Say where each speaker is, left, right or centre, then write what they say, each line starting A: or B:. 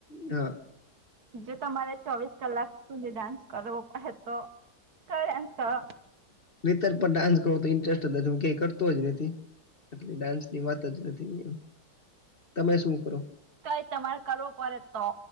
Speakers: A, on the left (about 35°); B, on the right (about 65°).
A: હા.
B: જો તમારે ચોવીસ કલાક સુધી ડાન્સ કરવો પડે તો કયો ડાન્સ કરો?
A: રીતલ પણ ડાન્સ કરવો તો ઇન્ટરેસ્ટ જ નથી હું ક્યાંય કરતો જ નથી. એટલે ડાન્સની વાત જ નથી એમ તમે શું કરો?
B: તોઈ તમારે કરવો પડે તો